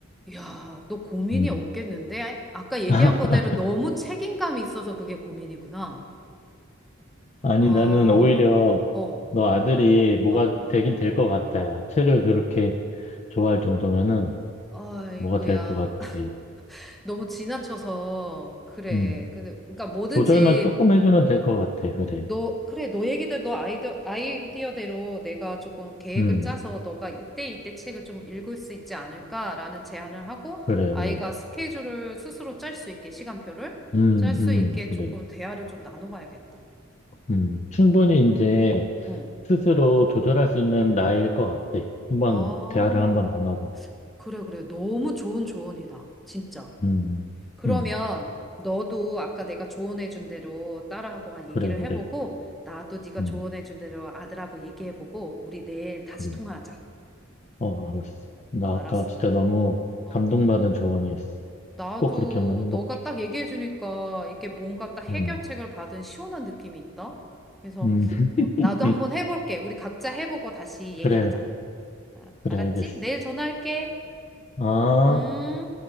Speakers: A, in the centre; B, on the left.
A: 야, 너 고민이
B: 음.
A: 없겠는데? 아까 얘기한
B: <laughs>
A: 거대로 너무 책임감이 있어서 그게 고민이구나.
B: 아니
A: 아,
B: 나는 오히려
A: 어,
B: 너 아들이 뭐가
A: 어.
B: 되긴 될 것 같아. 야 책을 그렇게 좋아할 정도면은
A: 아이고야.
B: 뭐가 될 것 같아.
A: 너무 지나쳐서 그래.
B: 음.
A: 근데 그러니까 뭐든지
B: 조절만 조금 해주면 될 것 같아. 그래.
A: 너 그래 너 얘기들 너 아이디어 아이디어대로 내가 조금 계획을
B: 음.
A: 짜서 너가 이때 이때 책을 좀 읽을 수 있지 않을까라는 제안을 하고
B: 그래
A: 아이가
B: 그래.
A: 스케줄을 스스로 짤 수 있게 시간표를
B: 음.
A: 짤 수 있게
B: 음. 그래.
A: 조금 대화를 좀 나눠봐야겠다.
B: 음. 충분히
A: 음.
B: 이제
A: 어.
B: 스스로 조절할 수 있는 나이일 것 같아. 한번
A: 아,
B: 대화를 한번 나눠봐.
A: 그래, 그래. 너무 좋은 조언이다. 진짜.
B: 음,
A: 그러면
B: 음,
A: 너도 아까 내가 조언해준 대로 딸하고 아, 얘기를
B: 그래,
A: 해보고
B: 그래,
A: 나도 네가
B: 음,
A: 조언해준 대로 아들하고 얘기해보고 우리 내일 다시
B: 그래.
A: 통화하자.
B: 어, 알았어. 나
A: 아,
B: 아까
A: 알았어,
B: 진짜
A: 알았어.
B: 너무
A: 어.
B: 감동받은 조언이었어.
A: 나도
B: 꼭 그렇게 한번 해볼게.
A: 너가 딱 얘기해주니까 이게 뭔가 딱 해결책을
B: 음,
A: 받은 시원한 느낌이 있다. 그래서
B: 음, <laughs>
A: 어, 나도 한번 해볼게. 우리 각자 해보고 다시
B: 그래,
A: 얘기하자. 알-
B: 그래,
A: 알았지?
B: 알겠어.
A: 내일 전화할게.
B: 아.
A: 음.